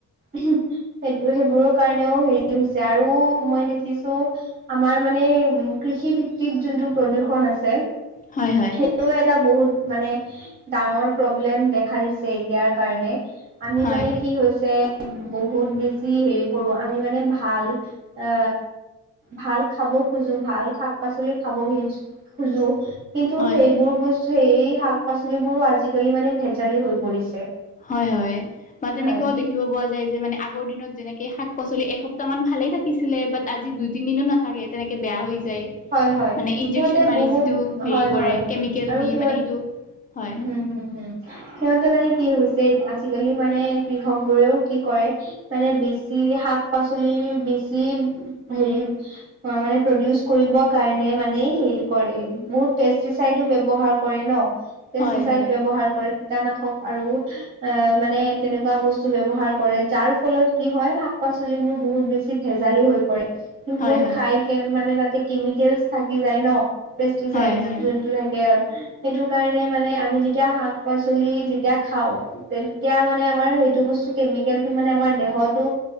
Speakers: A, on the right; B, on the left.
A: সেইটো সেইবোৰৰ কাৰণেও হেৰি হৈছে আৰু মই দেখিছো। আমাৰ মানে উ, কৃষি ভিত্তিক যোনটো প্ৰদূৰ্ষন আছে।
B: হয় হয়
A: সেইটো এটা বহুত মানে ডাঙৰ প্ৰব্লেম দেখা দিছে। এতিয়াৰ কাৰণে আমি
B: হয় হয়
A: মানে কি হৈছে বহুত বেছি হেৰি কৰোঁ আমি মানে ভাল এ ভাল খাব খোজো ভাল শাক, পাচলি খাবো খোজো কিন্তু
B: হয়
A: সেইবোৰ বস্তু সেই শাক, পাচলিবোৰো আজিকালি মানে ভেজালি হৈ পৰিছে।
B: হয়, হয় বা তেনেকুৱা
A: হয়
B: দেখি দেখিব পোৱা যায় যে মানে আগৰ দিনত যেনেকৈ শাক, পাচলি এসপ্তাহমান ভালেই থাকিছিলে বাট আজি দুই, তিনিদিনো নাথাকে। তেনেকে বেয়া হৈ যায়
A: হয় হয়
B: মানে ইনজেকচন
A: সিহঁতে
B: মাৰি
A: বহুত
B: যিটো হেৰি
A: হয়
B: কৰে
A: হয়
B: কেমিকেল
A: আৰু
B: দি
A: সিহঁত
B: মানে সেইটো হয়
A: হুম, হুম, হুম। সিহঁতে মানে কি হৈছে আজিকালি মানে কৃষক বোৰেও কি কৰে মানে বেছি শাক, পাচলিৰ বেছি হেৰি অ, মানে প্ৰডউচ কৰিবৰ কাৰণে মানে হেৰি কৰে বহুত থাইডো ব্যৱহাৰ কৰে ন পেষ্টিচাইড
B: হয় হয়
A: ব্যৱহাৰ কৰে কীটনাশক আৰু এ, মানে তেনেকুৱা বস্তু ব্যৱহাৰ কৰে যাৰ ফলত কি হয় শাক পাচলিবোৰ বহুত বেছি ভেজালি হৈ পৰে সেইবোৰ
B: হয় হয়
A: খাই মানে তাতে কেমিকেলছ থাকি যায় ন, পেষ্টিচাইড
B: হয় হয়
A: যোনটো থাকে আৰু সেইটো কাৰণে মানে আমি যেতিয়া শাক, পাচলি যেতিয়া খাওঁ তেতিয়া মানে আমাৰ সেইটো বস্তু কেমিকেলটো মানে আমাৰ দেহতো